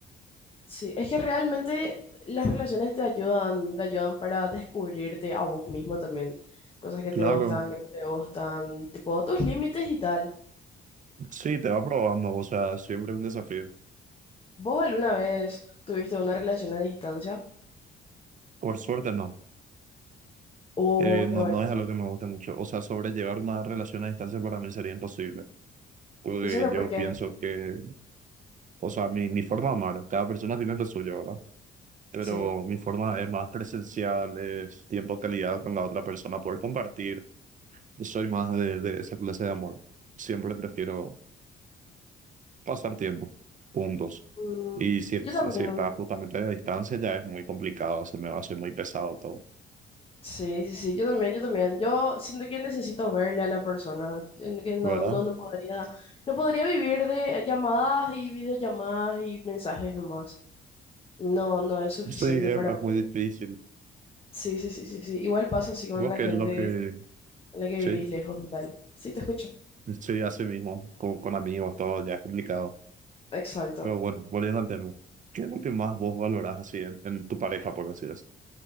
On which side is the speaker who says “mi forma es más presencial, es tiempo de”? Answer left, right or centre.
Right